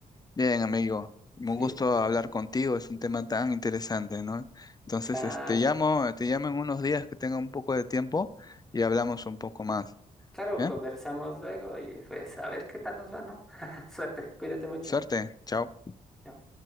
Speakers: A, on the left (about 25°); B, in the centre.
A: Bien, amigo, un
B: Sí,
A: gusto hablar contigo, es un tema tan interesante, ¿no? Entonces,
B: claro.
A: este, te llamo, te llamo en unos días que tenga un poco de tiempo y hablamos un poco más.
B: Claro,
A: Bien,
B: conversamos luego y pues a ver qué tal nos va, ¿no? <laughs> Suerte, cuídate mucho.
A: suerte, chao.
B: Chao.